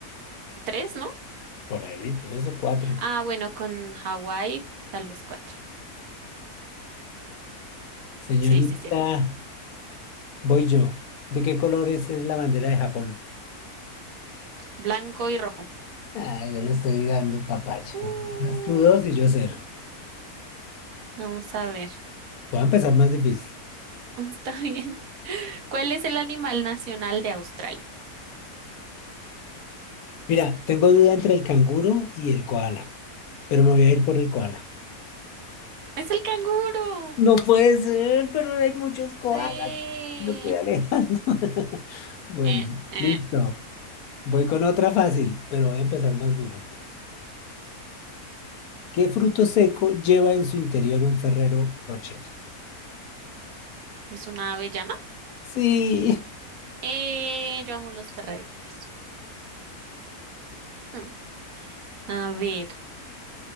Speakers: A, on the right (about 70°); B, on the left (about 75°).
A: ¿Tres, no?
B: Por ahí, tres o cuatro.
A: Ah, bueno, con Hawái, tal vez cuatro.
B: Señorita,
A: Sí, sí, sí.
B: voy yo. ¿De qué colores es la bandera de Japón?
A: Blanco y rojo.
B: Ah, yo le estoy dando papaya.
A: Uh.
B: Vas tú dos y yo cero.
A: Vamos a ver.
B: Voy a empezar más difícil.
A: <laughs> Está bien. ¿Cuál es el animal nacional de Australia?
B: Mira, tengo duda entre el canguro y el koala, pero me voy a ir por el koala.
A: Es el canguro.
B: No puede ser, pero hay muchos koalas.
A: Sí.
B: Me estoy alejando. <laughs> Bueno,
A: Eh, eh.
B: listo. Voy con otra fácil, pero voy a empezar más duro. ¿Qué fruto seco lleva en su interior un Ferrero Rocher?
A: Es una avellana.
B: Sí.
A: Eh, yo amo los ferreros. Hmm. A ver,